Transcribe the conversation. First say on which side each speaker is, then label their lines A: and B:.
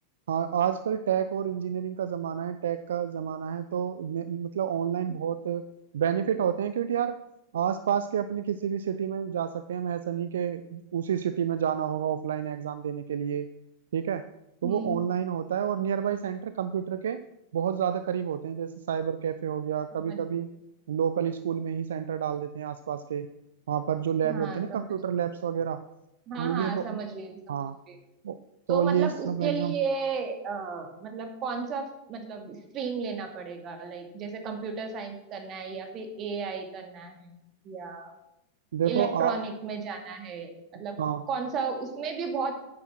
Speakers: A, on the right; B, on the right.
A: हाँ आजकल टेक और इंजीनियरिंग का जमाना है टेक का जमाना है तो मे- मतलब ऑनलाइन
B: हम्म
A: बहुत बेनिफिट होते हैं क्योंकि यार आसपास के अपने किसी भी सिटी में जा सकते हैं हम ऐसा नहीं कि उसी सिटी में जाना होगा ऑफलाइन एग्जाम देने के लिए ठीक है तो
B: हम्म,
A: वो ऑनलाइन होता है और नियर बाई सेंटर कंप्यूटर के बहुत ज्यादा करीब होते हैं जैसे साइबर कैफे हो गया
B: समझ
A: कभी कभी
B: रही हूँ।
A: लोकल स्कूल में ही सेंटर डाल देते हैं आसपास के वहां पर जो लैब
B: हाँ
A: होती है
B: समझ
A: ना कंप्यूटर
B: रही
A: लैब्स
B: हूँ
A: वगैरह तो
B: हाँ हाँ
A: ये बहु-
B: समझ रही हूँ समझ
A: हाँ
B: रही हूँ
A: तो
B: तो
A: ये
B: मतलब
A: सब
B: उसके
A: एग्जाम
B: लिए अ, मतलब कौन सा मतलब स्ट्रीम लेना पड़ेगा लाइक जैसे कंप्यूटर साइंस करना है या फिर एआई करना है या
A: देखो
B: इलेक्ट्रॉनिक
A: आ
B: में जाना है मतलब
A: हाँ
B: कौन सा उसमें भी बहुत